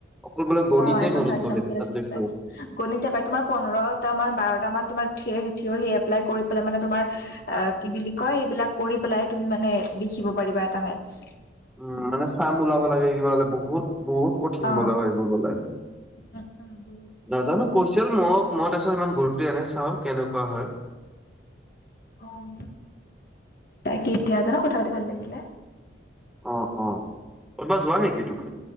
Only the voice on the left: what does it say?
অ'! এইখন
থাৰ্ছ
চেমিষ্টাৰ
<unintelligible> গণিতে পাই, তোমাৰ পোন্ধৰটা মান- বাৰটা মান, তোমাৰ, থিয়ৰি এপ্লাই কৰি পেলাই মানে, তোমাৰ আঁ কি বুলি কয়! এইবিলাক কৰি পেলাই, তুমি মানে, লিখিব পাৰিবা এটা মেটচ।
অ
উম উম বহুত
অঁ, তাকে এতিয়া ন কথা পাতি ভাল লাগিলে।